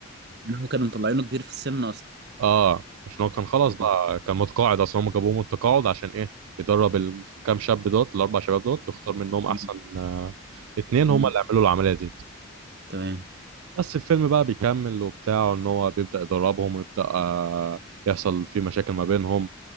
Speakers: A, on the right; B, on the right.
A: يعني هو كانوا مطلعينه كبير في السن اصلا
B: اه عشان هو كان خلاص
A: تمام
B: بقى كان متقاعد اصلا هم جابوه من التقاعد عشان ايه يدرب الكام شاب دوت الاربع شباب دوت ويختار منهم احسن
A: مم.
B: آه، اتنين
A: مم.
B: هم اللي يعملوا العمليه دي
A: تمام
B: بس الفيلم بقى بيكمل وبتاع ان هو بيبدأ يدربهم ويبدأ آه، يحصل في مشاكل ما بينهم